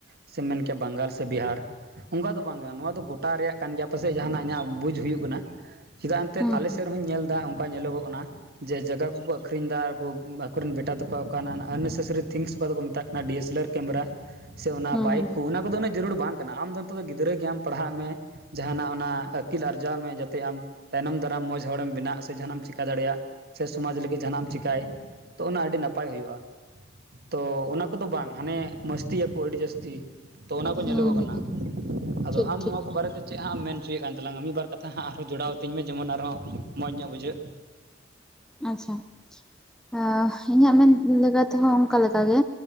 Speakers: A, on the right; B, in the centre.
A: ᱥᱮ ᱢᱮᱱ ᱠᱮᱭᱟ ᱵᱟᱝᱜᱟᱞ ᱥᱮ ᱵᱤᱦᱟᱨ ᱚᱱᱠᱟ ᱫᱚ ᱵᱟᱝ ᱠᱟᱱᱟ ᱱᱚᱣᱟ ᱫᱚ ᱜᱚᱴᱟ ᱨᱮᱭᱟᱜ ᱠᱟᱱ ᱜᱮᱭᱟ, ᱯᱟᱥᱮᱡ ᱡᱟᱦᱟᱱᱟᱜ ᱤᱧᱟᱜ ᱵᱩᱡᱽ ᱦᱩᱭᱩᱜ ᱠᱟᱱᱟ ᱪᱮᱫᱟᱜ ᱮᱱᱛᱮ
B: ᱦᱩᱸ
A: ᱟᱞᱮ ᱥ ᱧᱮᱞ ᱮᱫᱟ ᱚᱱᱠᱟ ᱧᱮᱞᱚᱜ ᱠᱟᱱᱟ᱾ ᱡᱮ ᱡᱟᱭᱜᱟ ᱠᱚᱠᱚ ᱟᱹᱠᱷᱨᱤᱧ ᱮᱫᱟ ᱟᱨᱠᱚ ᱟᱠᱚᱨᱮᱱ ᱵᱮᱴᱟ ᱛᱠᱚ ᱚᱠᱟ ᱟᱱᱮᱥᱮᱥᱟᱨᱤ ᱛᱷᱤᱝᱥ ᱚᱠᱟ ᱫᱚᱠᱚ ᱢᱮᱛᱟᱜ ᱠᱟᱱᱟ ᱰᱤ ᱮ ᱥᱮᱞ ᱟᱨ ᱠᱮᱢᱮᱨᱟ ᱥᱮ ᱚᱱᱟ
B: ᱦᱩᱸ
A: ᱵᱟᱭᱤᱠ
B: ᱦᱩᱸ
A: ᱠᱚ ᱚᱱᱟ ᱠᱚᱫᱚ ᱩᱱᱟᱹᱜ ᱡᱟᱹᱨᱩᱲ ᱵᱟᱝ ᱠᱟᱱᱟ, ᱟᱢᱫᱚ ᱱᱤᱛᱚᱜ ᱫᱚ ᱜᱤᱫᱽᱨᱟᱹ ᱜᱮᱭᱟᱢ ᱯᱟᱲᱦᱟᱜ ᱢᱮ ᱡᱟᱦᱟᱱᱟᱜ ᱚᱱᱟ ᱟᱹᱠᱤᱞ ᱟᱨᱡᱟᱣ ᱢᱮ ᱡᱟᱛᱮ ᱟᱢ ᱛᱟᱭᱱᱚᱢ ᱫᱟᱨᱟᱢ ᱢᱚᱡᱽ ᱦᱚᱲᱮᱢ ᱵᱮᱱᱟᱜ ᱥᱮ ᱡᱟᱦᱟᱱᱟᱜ ᱮᱢ ᱪᱮᱠᱟ ᱫᱟᱲᱮᱭᱟᱜ ᱥᱮ ᱥᱚᱢᱟᱡᱽ ᱞᱟᱹᱜᱤᱫ ᱡᱟᱦᱟᱱᱟᱜ ᱮᱢ ᱪᱤᱠᱟᱭ ᱛᱚ ᱚᱱᱟ ᱟᱹᱰᱤ ᱱᱟᱯᱟᱭ ᱦᱩᱭᱩᱜ-ᱟ᱾ ᱛᱚ ᱚᱱᱟ ᱠᱚᱫᱚ ᱵᱟᱝ ᱦᱟᱱᱮ ᱢᱚᱥᱛᱤᱭᱟᱠᱚ ᱟᱹᱰᱤ ᱡᱟᱹᱥᱛᱤ ᱛᱚ ᱚᱱᱟ ᱠᱚ
B: ᱦᱩᱸ
A: ᱧᱮᱞᱚᱜᱚᱜ
B: ᱦᱩᱸ
A: ᱠᱟᱱᱟ
B: ᱦᱩᱸ
A: ᱟᱫᱚ
B: ᱴᱷᱤᱠ
A: ᱟᱢ
B: ᱴᱷᱤᱠ
A: ᱱᱚᱣᱟ ᱠᱚ ᱵᱟᱨᱮᱛᱮ ᱪᱮᱫ ᱦᱟᱸ ᱮᱢ ᱢᱮᱱᱪᱚᱭᱮᱫ ᱠᱟᱱ ᱛᱟᱞᱟᱝ ᱢᱤᱫ ᱵᱟᱨ ᱠᱟᱛᱷᱟ ᱦᱟᱸᱜ ᱟᱨᱦᱚᱸ ᱡᱚᱲᱟᱣᱛᱤᱧ ᱢᱮ ᱡᱮᱢᱚᱱ ᱟᱨᱦᱚᱸ ᱢᱚᱡᱽ ᱧᱚᱜ ᱵᱩᱡᱷᱟᱹᱜ
B: ᱟᱪᱪᱷᱟ, ᱟ ᱤᱧᱟᱹᱜ ᱢᱮᱱ ᱛᱮᱦᱚᱸ ᱚᱱᱠᱟ ᱞᱮᱠᱟ ᱜᱮ